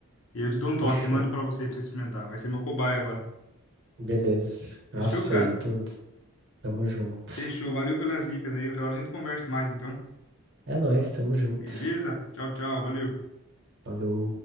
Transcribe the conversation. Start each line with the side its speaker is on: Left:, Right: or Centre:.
Left: E eu te dou um toque,
Right: fechou.
Left: eu mando pra você pra você experimentar. Vai ser meu cobaia agora.
Right: Beleza,
Left: Fechou,
Right: aceito.
Left: cara?
Right: Tamo junto.
Left: Fechou. Valeu pelas dicas aí. Outra hora a gente conversa mais, então.
Right: É nóis, tamo junto.
Left: Beleza? Tchau, tchau. Valeu.
Right: Falou.